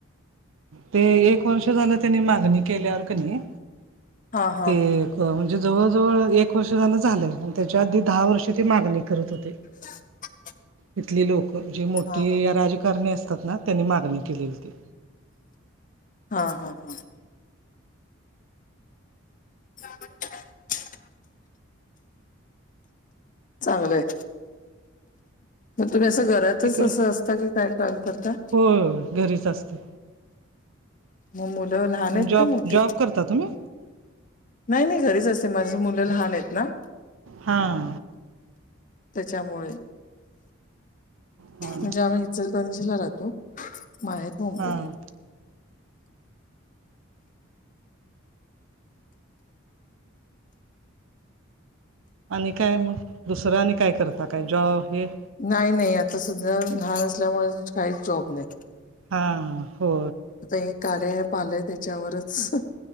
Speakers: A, on the right; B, on the left.
A: ते एक वर्ष झालं त्यांनी मागणी केल्यावर क नी
B: हा हा
A: ते एक म्हणजे जवळ-जवळ एक वर्ष झालं- झालं, अन त्याच्या आधी दहा वर्षे ते मागणी करत होते.
B: <inaudible>
A: इथली लोकं जी मोठी
B: हा हा
A: राजकारणी असतात ना, त्यांनी मागणी केली होती.
B: हा-हा-हां. <inaudible> चांगलंय. मग तुम्ही असं घरातच
A: इकड
B: असं असता की काय काम करता?
A: होय घरीच असते.
B: मग मुलं लहान आहेत
A: जॉब
B: का मोठी
A: जॉब करता तुम्ही
B: नाही मी घरीच असते, माझी मुलं लहान आहेत ना.
A: हां.
B: त्याच्यामुळे
A: हा
B: म्हणजे आम्ही इ पणजीला राहतो माहेर मुंबई
A: हा आणि काय मग, दुसरं आणि काय करता काय जॉब- बिप
B: नाही-नाही आता सध्या लहान असल्यामुळे काहीच जॉब नाही.
A: हां हो.
B: आता हे कार्य अँप आले त्याच्यावरच,